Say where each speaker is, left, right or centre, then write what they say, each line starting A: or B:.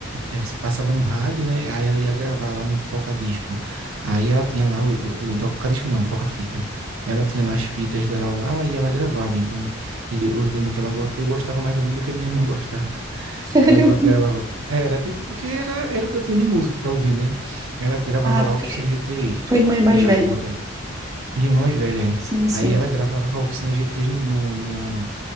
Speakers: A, on the right; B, on the right.
A: é, se Passava no rádio, né? Aí ela ia gravar lá no toca-disco. Aí ela tinha lá o, o o toca-disco, não, toca-fita. Ela tinha lá as fitas dela lá e ela gravava. Então, eu eu lembro que ela, go- eu gostava mais ou menos do que minha irmã <laughs> gostava.
B: Sério.
A: Ela gra- gravava, era tipo, porque era, era o que eu tinha de música para ouvir, né? Ela gravava
B: Ah,
A: lá
B: porque
A: Oficina G3.
B: tua irmã é mais
A: Eu, gra-
B: velha.
A: eu gostava, de- minha irmã mais velha, é.
B: Sim, sim.
A: Aí ela gravava Oficina G3 no, no, no-